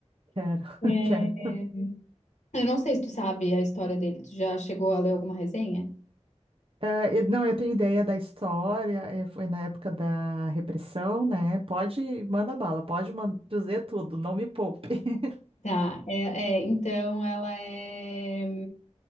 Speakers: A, on the right; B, on the left.
A: Quero,
B: É,
A: <laughs> quero.
B: Eu não sei se tu sabe a história dele, tu já chegou a ler alguma resenha?
A: É, eu- não, eu tenho ideia da história, é, foi na época da repressão, né? Pode, manda bala, pode man- dizer tudo, não me poupe. <laughs>
B: Tá, é, é, então ela é.